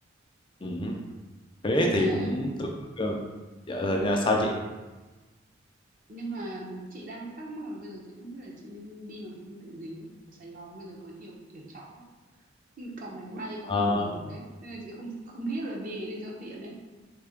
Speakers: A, on the left; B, on the right.
A: ừ. Huế
B: nhưng
A: thì
B: mà
A: cũng tương đối gần. dạ rồi nha, sao chị
B: nhưng mà chị đang thắc mắc là bây giờ chị không biết là chị nên đi bằng phương tiện gì ấy. ở Sài Gòn bây giờ có nhiều kiểu chọn quá có máy bay có
A: À,
B: tàu lửa ấy nên là chị không không biết là đi cái gì cho tiện ấy